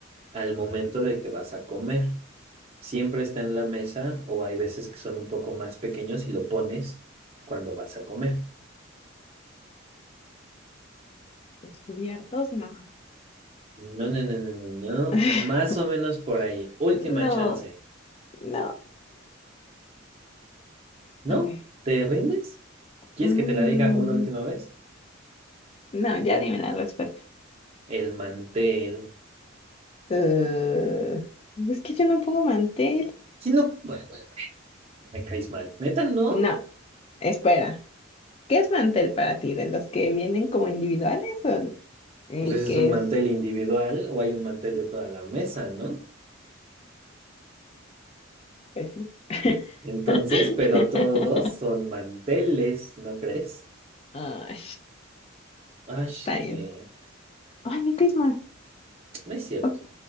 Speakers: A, on the right (about 30°); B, on the left (about 30°).
A: al momento de que vas a comer. Siempre está en la mesa o hay veces que son un poco más pequeños y lo pones cuando vas a comer.
B: ¿Los cubiertos? No.
A: No, no, no, no, no,
B: <laughs>
A: no. Más o menos por ahí. Última
B: No,
A: chance.
B: no.
A: ¿No?
B: A ver.
A: ¿Te rindes? ¿Quieres
B: Mm,
A: que te la diga una última vez?
B: no, ya dime la respuesta.
A: El mantel.
B: Eh, es que yo no pongo mantel.
A: ¿Quién no? Bueno, bueno, me caes mal. ¿Neta no?
B: No, espera. ¿Qué es mantel para ti? ¿De los que vienen como individuales o el
A: Pues ese
B: que
A: es un mantel
B: es,
A: individual o hay un mantel de toda la mesa, ¿no?
B: pues sí? <laughs>
A: Entonces, pero todos son manteles, ¿no crees?
B: Ay,
A: Ay,
B: está bien.
A: que
B: Ay, me caes mal.
A: no es cierto.
B: Ok,